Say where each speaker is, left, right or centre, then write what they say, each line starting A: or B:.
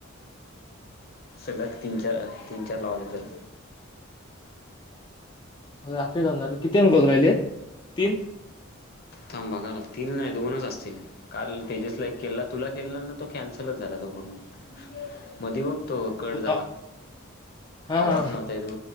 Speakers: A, on the left; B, on the left.
A: सलग तीन चार तीन चार लावले तर
B: रात्री घालणार आहे किती <inaudible> राहिले आहेत तीन
A: थांब बघायला लागतील नाही दोनच असतील काल तेजसला एक केला तुला केला ना तो कॅन्सलच झाला तो पूर्ण मधी बघ तो कट
B: तू
A: झाला
B: का हा
A: आवाज
B: हा
A: नव्हता येत